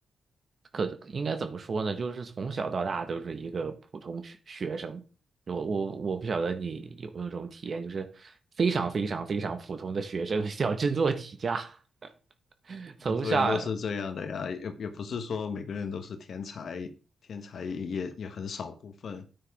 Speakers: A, on the right (about 50°); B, on the left (about 70°).
A: 可应该怎么说呢？就是从小到大都是一个普通学学生。我我我不晓得你有没有这种体验，就是非常非常非常普通的学生，<laughs> 小镇做题家，<laughs>
B: 很多人都是这样的呀，
A: 从上
B: 也也不是说每个人都是天才，天才也也很少部分，